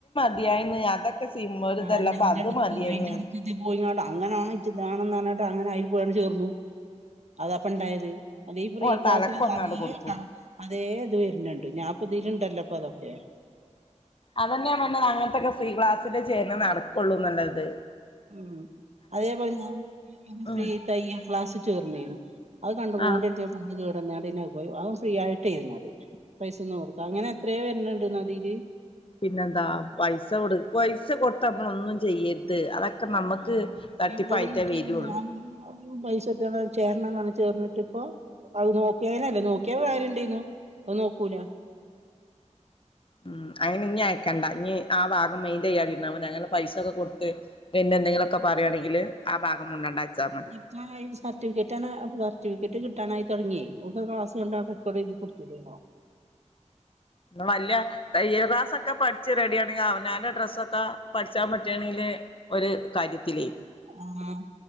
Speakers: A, on the left (about 45°); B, on the right (about 60°).
A: <unintelligible> സിമ്മൊരിതല്ല
B: ആ അയിന്റെടക്ക്
A: അപ്പൊ അത് മതിയായിന്ന്
B: അയിന്റെടയ്ക്ക് പോയിങ്ങട്ട അങ്ങനാണോട്ട അങ്ങനെ ആയി പോയാണ് ചേർന്നു അത അപ്പ ഇണ്ടായത് അല്ല ഈ ഫ്രീ
A: ഓളെ
B: ക്ലാസ്സിൽ
A: തലക്കൊന്നാണ്ട്
B: അതേ
A: കൊടുക്കും
B: താ അതേ ഇത് വരുന്നുണ്ട് ഞാൻ പ്രതേകിച്ചു തെല്ലപ്പ അതൊക്കെ
A: അതന്നെയാ പറഞ്ഞത് അങ്ങനത്തെക്കെ ഫ്രീ ക്ലാസ്സില് ചേർന്ന നടക്കുള്ളൂ നല്ലത്
B: മ് അതേപോലെ ഞാൻ എറെ
A: ഉം
B: ഫ്രീ തയ്യൽ ക്ലാസ്സിൽ ചേർന്നീരുന്നു അത് കണ്ടൊണ്ട
A: ആഹ്
B: ഇരിക്ക ഫോൺ കേ <unintelligible> അ ഫ്രീ ആയിട്ട് ഇരുന്നത് പൈസന്നും കൊടുക്ക അങ്ങനെ എത്രയോ വരുന്നുണ്ട് നദീയില്
A: പിന്നെന്താ പൈസ കൊടു പൈസ കൊടുത്ത് നമ്മള് ഒന്നും ചെയ്യരുത് അതൊക്കെ നമുക്ക്
B: ഉം
A: തട്ടിപ്പായിട്ടേ
B: ഇപ്പോളും നീ
A: വരുള്ളൂ
B: ഞാൻ. <unintelligible> മൈസൂരിത്ത ചേരണ പറഞ്ഞ് ചേർന്നിട്ടിപ്പോ അത് നോക്കിയന്നല്ല നോക്കിയാ വേറെ ഇണ്ടനു അത് നോക്കൂല
A: ഉ അങ്ങനെ ഇനി അയക്കണ്ട ഇനി ആ ഭാഗം മെയിന്റയിൻ ചെയ്യാതിരുന്നാ മതി അങ്ങനെ പൈസൊക്കെ കൊടുത്ത് പിന്നെ എന്തെങ്കിലുമൊക്കെ പറയുകയാണെങ്കില് ആ ഭാഗം മുണ്ടാണ്ട് വെച്ചാ മതി
B: ഇപ്പൊ സർട്ടിഫിക്കറ്റ്ണ് സർട്ടിഫിക്കറ്റ് കിട്ട കിട്ടാനായി തുടങ്ങിയേ ഓക്ക് ക്ലാസ് കണ്ടോണ്ട് ഇത് എഴുതി കൊടുത്തുടോയ്നോ.
A: വല്ല തയ്യൽ ക്ലാസ് ഒക്കെ പഠിച്ച് റെഡിയ ആണെങ്കിൽ അവനാന്റെ ഡ്രസ്സൊക്കെ പഠിച്ചാൻ പറ്റുകയാണെങ്കില് ഒരു കാര്യത്തിലേ.
B: ആഹ്